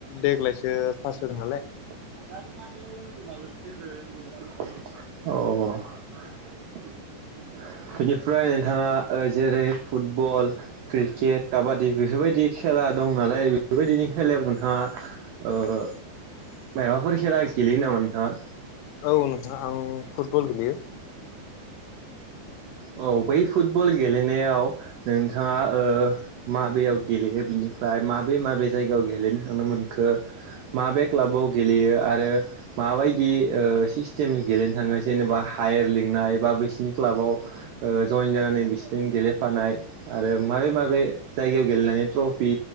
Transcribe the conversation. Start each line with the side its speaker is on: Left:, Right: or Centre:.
Left: देग्लायसो फास्ट होदों नालाय।
Right: अह
Left: <inaudible>
Right: बेनिफ्राय नोंथाङा ओ जेरै फुटबल क्रिकेट काबादि बेफोरबायदि खेला दं नालाय बेफोरबायदिनि खेलायाव नोंथाङा ओ मायबाफोर खेला गेलेयो नामा नोंथाङा?
Left: औ नोंथां आं फुटबल गेलेयो।
Right: औ बै फुटबल गेलेनायाव नोंथाङा ओ माबेयाव गेलेयो बिनिफ्राय माबे माबे जायगायाव गेलेनो थांनो मोनखो माबे क्लाबाव गेलेयो आरो माबायदि ओ सिस्टेमनि गेलेनो थाङो जेनेबा हायार लिंनाय एबा बैसोरनि क्लाबाव ओ जइन जानानै बिसोरदों गेलेफानाय आरो माबे माबे जायगायाव गेलेनानै ट्रफि